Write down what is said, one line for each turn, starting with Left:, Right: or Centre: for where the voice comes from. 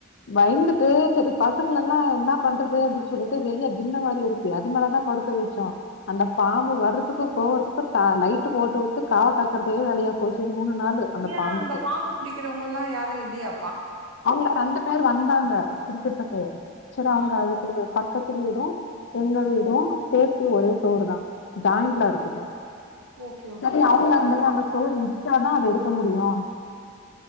Left: பய்ந்துட்டு சரி பசங்லெல்லா என்னா பண்றது அப்டி சொல்லிட்டு வெளிய தின்ன மாரி இருக்கு அது மேலதா படுக்க வெச்சோ அந்த பாம்பு வர்றதுக்கு போறதுக்கு தா லைட்டு போட்டு விட்டு காவ் காக்கறதே வேலயா போச்சு மூணு நாளு அந்த
Right: ஏ
Left: பாம்புக்கு
Right: அங்க பாம்பு புடிக்கறவங்கல்லா யாரு இல்லியா
Left: அவுங்க ரெண்டு பேர் வந்தாங்க புடிக்கற்துக்கு சேரி அவுங்க
Right: ஆ
Left: அது தெரு பக்கத்து வீடு எங்க வீடு சேத்தி ஒரே சுவருதா ஜாயிண்ட்ல இருக்குது
Right: ஓகே ஓகே
Left: சேரி அவுங்க அந்த அந்த சோடு இடிச்சாதா அத எடுக்க முடியு